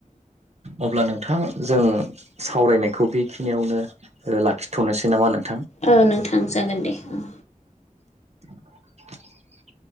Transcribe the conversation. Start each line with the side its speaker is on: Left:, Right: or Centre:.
Right: अब्ला नों नोंथां जों सावरायनायखौ बेखिनियावनो लाखिथ'नोसै नामा नोंथां?
Left: औ नों थां जागोन दे आं।
Right: <inaudible>